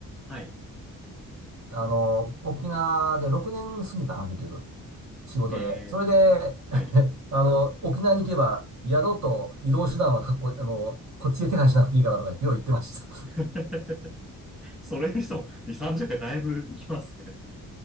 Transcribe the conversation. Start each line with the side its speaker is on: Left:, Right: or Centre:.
Centre: はい、
Right: あの、沖縄で6年住んでたな、結局。仕事で。
Centre: えー、
Right: それで、
Centre: はい。
Right: <laughs> あの、沖縄に行けば、宿と移動手段はかっこ、あの、こっちで手配しなくていいからとか言って、よう言ってました。
Centre: <laughs>
Right: <laughs>
Centre: それにしても、2、30回だいぶ行きますね。